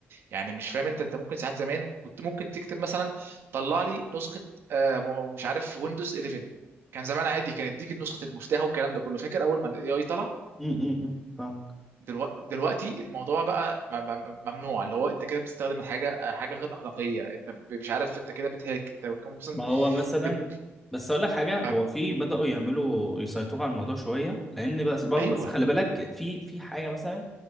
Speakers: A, on the right; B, in the centre.
A: يعني مش فاهم انت انت ممكن ساعات زمان كنت ممكن تكتب مثلا طلع لي نسخه آه، مش عارف ويندوز 11 كان زمان عادي كان يديك نسخه المفتاح والكلام ده كله فاكر اول ما الاي اي طلع
B: امم فاهمك
A: دلوقتي دلوقتي الموضوع بقى م- م- ممنوع اللي هو انت كده بتستخدم حاجه حاجه غير اخلاقيه انت ب- مش عارف انت كده بتهاك انت بتكون مثلا
B: ما هو مثلا
A: بت...
B: بس اقول لك حاجه هو
A: آه،
B: في بداوا يعملوا يسيطروا على الموضوع شويه لان بس برضه
A: ايوه
B: بس خلي بالك في في حاجه مثلا